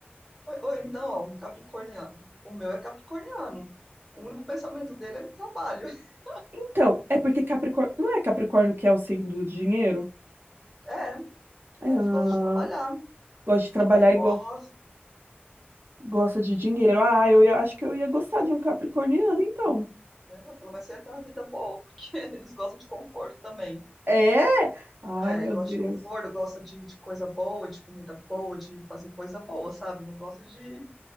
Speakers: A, in the centre; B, on the right (about 65°).
A: Ou, ou então, ó, um capricorniano. O meu é capricorniano. O único pensamento dele é do trabalho. <laughs>
B: Então, é porque Capricórnio. Não é Capricórnio que é o signo do dinheiro?
A: É,
B: É,
A: é, eles
B: Ah,
A: gostam de trabalhar,
B: gosta de
A: são
B: trabalhar
A: teimosos,
B: e go- gosta de dinheiro.
A: são,
B: Ah, eu ia- acho que eu ia gostar de um capricorniano, então.
A: né, pelo menos você tem uma vida boa, porque <laughs> eles gostam de conforto também.
B: É? Ai,
A: É,
B: meu
A: gosta
B: Deus.
A: de conforto, gosta de, de coisa boa, de comida boa, de fazer coisa boa, sabe? Não gosta de,